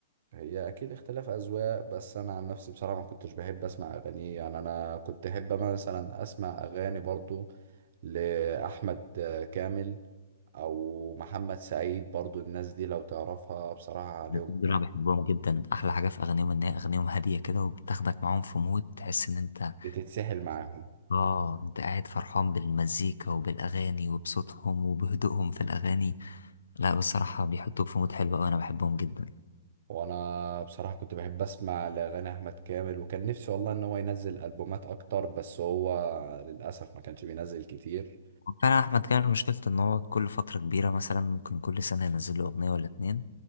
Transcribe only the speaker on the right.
هي اكيد اختلاف اذواق بس انا عن نفسي بصراحه ما كنتش بحب اسمع اغاني يعني انا كنت احب مثلا اسمع اغاني برضو لاحمد كامل او محمد سعيد برضو الناس دي لو تعرفها بصراحه عليهم
يعني
بتتسحل معاهم
وانا بصراحه كنت بحب اسمع لاغاني احمد كامل وكان نفسي والله ان هو ينزل البومات اكتر بس هو للاسف ما كانش بينزل كتير